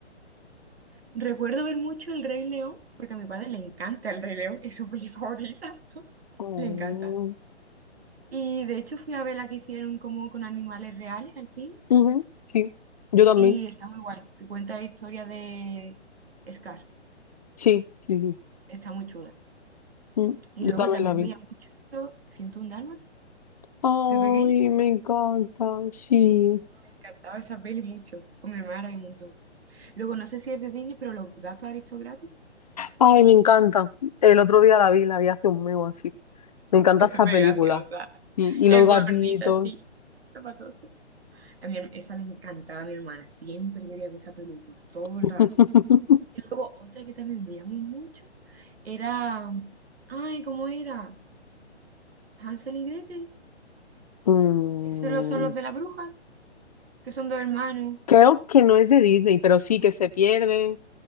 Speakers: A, on the right (about 60°); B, on the left (about 35°).
A: Recuerdo ver mucho El Rey León, porque a mi padre le encanta El Rey León. Es su peli <laughs> favorita.
B: Oh,
A: Le encanta. Y de hecho fui a ver la que hicieron como con animales reales al cine.
B: ujú, sí, yo también.
A: Y está muy guay, te cuenta la historia de Scar,
B: Sí, sí, sí.
A: está muy chula.
B: Mm,
A: Y
B: Yo
A: luego
B: también
A: también
B: la vi.
A: veía mucho 101 Dálmatas
B: Ay,
A: de pequeña,
B: me encanta, sí.
A: me encantaba esa peli mucho, con mi hermana la vi un montón. Luego no sé si es de Disney, pero Los Gatos Aristocráticos
B: Ay, me encanta. El otro día la vi, la vi hace un mes o así. Me encanta
A: es
B: esa
A: súper
B: película.
A: graciosa,
B: Y, y
A: es
B: los gatitos.
A: gordita así, zapatoso. A mi, her- esa le encantaba a mi hermana, siempre quería ver esa película, todo
B: <laughs>
A: el rato. Y luego otra que también veíamos mucho era, ay, ¿cómo era? Hansel y Gretel,
B: Mm,
A: esos lo- son los de la bruja. que son dos hermanos.
B: creo que no es de Disney, pero sí que se pierden